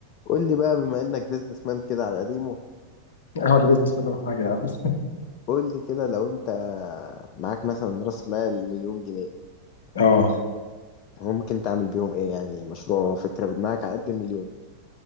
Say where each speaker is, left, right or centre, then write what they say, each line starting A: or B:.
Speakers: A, on the left; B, on the left.
A: قول لي بقى بما انك بيزنس مان كده على قديمه
B: اه ولا بيزنس منه حاجة يا عم
A: قول لي كده لو انت معاك مثلا راس مال مليون جنيه
B: اه
A: هو ممكن تعمل بيهم ايه يعني مشروع وفكرة بدماغك على قد المليون